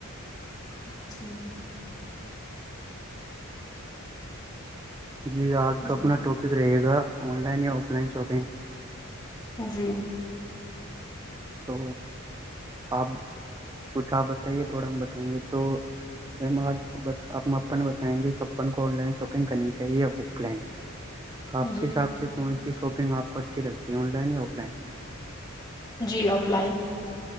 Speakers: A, on the left (about 20°); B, on the right (about 15°).
A: اچری میں
B: جی آج کا
A: جی
B: اپنا ٹاپک رہے گا آن لائن یا آف لائن شاپنگ
A: جی
B: تو آپ کچھ آپ بتائیے تھوڑا ہم بتائیں گے تو میم آج آپپن بتائیں گے کہ کپن کو آن لائن شاپنگ کرنی چاہیے آف لائن آپ
A: جی
B: کے حساب سے کون سی شاپنگ آپ کو اچھی لگتی آن لائن یا آف لائن
A: جی آف لائن